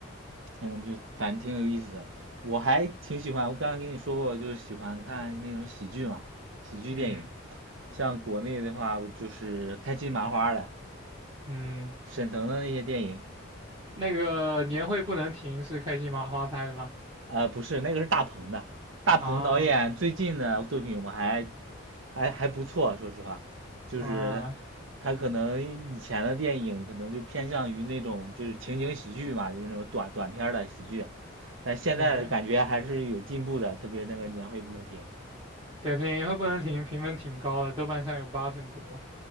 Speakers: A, on the right; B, on the right.
A: 嗯，就反正挺有意思的。我还挺喜欢，我刚刚跟你说过，就是喜欢看那种喜剧嘛，喜剧电影。
B: 嗯
A: 像国内的话，就是开心麻花的、
B: 嗯，
A: 沈腾的那些电影。
B: 那个年会不能停是开心麻花拍的吗？
A: 呃，不是，那个是大鹏的。大鹏导演最近的作品我还
B: 啊。
A: 还还不错，说实话，就是
B: 啊，
A: 他可能以前的电影可能就偏向于那种就是情景喜剧嘛，就是那种短短片儿的喜剧，但现在感觉还是有进步的，
B: 对
A: 特别那个年会不能停。
B: 对对，电影会不能停，评分挺高的，豆瓣上有八分多，